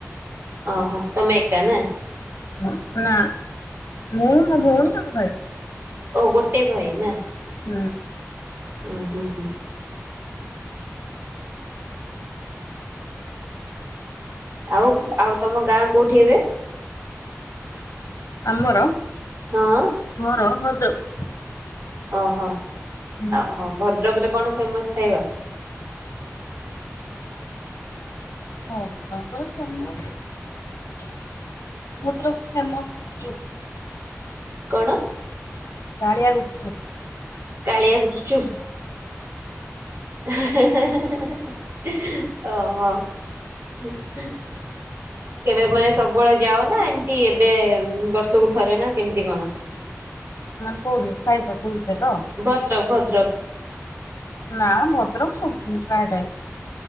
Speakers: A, on the right; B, on the left.
A: ଓହୋ ତମେ ଏକା ନା?
B: ହ ନା ମୁଁ ମୋ ଭଉଣୀ ଆମ ଭାଇ।
A: ଓ ଗୋଟେ ଭାଇ ନା।
B: ହୁଁ।
A: ହୁଁ ହୁଁ ହୁଁ। ଆଉ ଆଉ ତମ ଗାଁ କୋଉଠି ଏବେ।
B: ଆମର?
A: ହଁ।
B: ଘର ଭଦ୍ରକ।
A: ଓହୋ
B: ହୁଁ
A: ଆଉହ ଭଦ୍ରକରେ କଣ ଫେମସ୍ ଖାଇବା?
B: ଭଦ୍ରକରେ ଫେମସ୍ ଭଦ୍ରକରେ ଫେମସ ଗୁପ ଚୁପ।
A: କଣ?
B: କାଳିଆ ଗୁପ୍ ଚୁପ୍।
A: କାଳିଆ ଗୁପ୍ ଚୁପ୍। ହେଁ ହେଁ ହେଁ ହେଁ ଓହୋ। କେବେ ମାନେ ସବୁବେଳେ ଯାଅ ନା ଏମିତି ଏବେ ବର୍ଷକୁ ଥରେ ନା କେମିତି କଣ?
B: <inaudible>
A: ଭଦ୍ରକ ଭଦ୍ରକ।
B: ନା ଭଦ୍ରକ ସବୁ ପ୍ରାୟ ଟାଇମ୍।